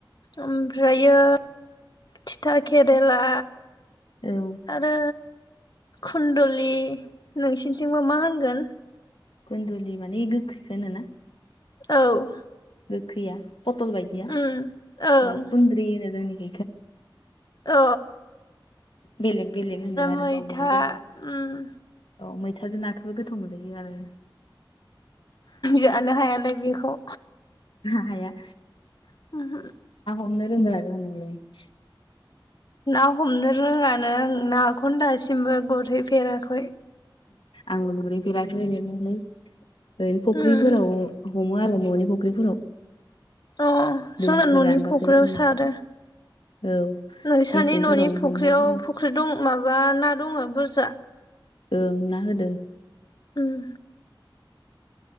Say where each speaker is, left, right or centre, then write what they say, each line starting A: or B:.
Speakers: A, on the left (about 55°); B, on the left (about 85°).
A: ओमफ्रायो थिथा केरेला
B: औ
A: आरो खुन्दलि नोंसिनिथिंबो मा होनगोन
B: खुन्दुलि माने गोखैखौ होनोना
A: औ
B: गोखैया पथल बायदिया
A: उम ओं
B: औ खुन्द्रिरि होनो जोंनि
A: अ
B: बेलेग बेलेग होनो आरो
A: मैथा
B: गावबा गाव जायगा
A: उम
B: औ मैथाजों नाखौबो गोथाव मोनजायो आरो
A: जानो हायालाय बिखौ
B: हाया
A: <unintelligible>
B: <unintelligible>
A: ना हमनो रोङानो आं नाखौनो दासिमबो गुरहैफेराखै
B: आंबो गुरै फेराखै गुरैनायालाय ओरैनो फुख्रिफोराव
A: उम
B: हमो आरो न'नि फुख्रिफोराव
A: अ जोंना
B: दैफोर
A: न'नि
B: रानबाथाय
A: फख्रियाव
B: उम
A: सारो
B: औ
A: नोंसानि
B: मेसेंफोराव
A: न'नि फुख्रियाव
B: हमो उम
A: फुख्रि दं माबा ना दंङो बुरजा
B: ओं ना होदों
A: ओम